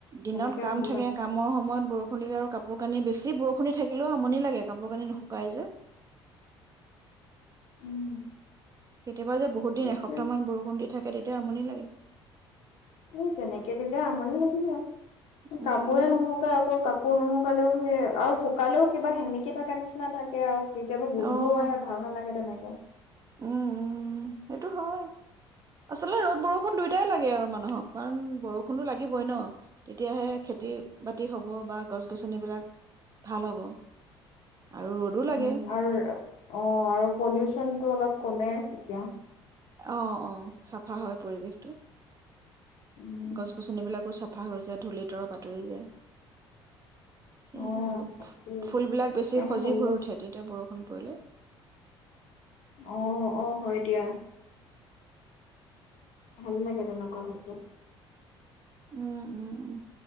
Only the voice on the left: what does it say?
তেনেকে
ভাল
লাগে।
উম,
সেইটোৱে।
এই তেনেকে দিলে আমনি লাগি যাই
কাপোৰে নুশুকাই আকৌ কাপ কাপুৰ নুশুকালেও সেই আৰু শুকালেও কিবা সেমেকি থকা নিচিনা থাকে আৰু কেতিয়াবা গোন্ধও
আহে ভাল নালাগে তেনেকে <inaudible>
উম,
আৰু অ', আৰু পলিউচনটো অলপ কমে তেতিয়া
উম।
অ',
তাকেই।
সেইটো
কাৰণে
ভাল
লাগে।
অঁ অঁ হয় দিয়া ভাল লাগে তেনেকুৱা হ'লে